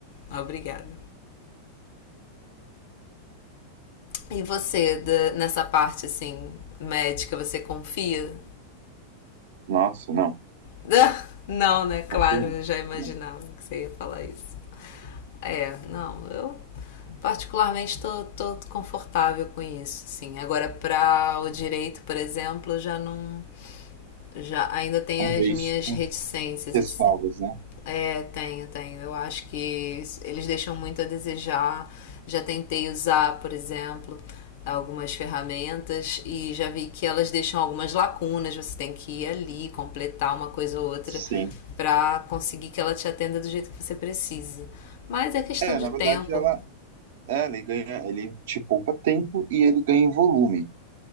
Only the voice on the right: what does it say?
Nossa, não.
Porto não.
Não.
Talvez
com
ressalvas,
né?
Sim.
É,
na verdade,
ela, é, ele ganha, ele te poupa tempo e ele ganha em volume,